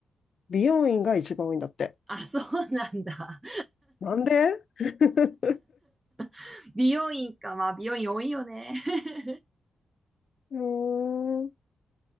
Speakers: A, on the left; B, on the right.
A: 美容院が一番多いんだって。
B: あ、そうなんだ。
A: なんで <laughs>
B: <laughs> 美容院か。まあ、美容院多いよね。<laughs>
A: もう、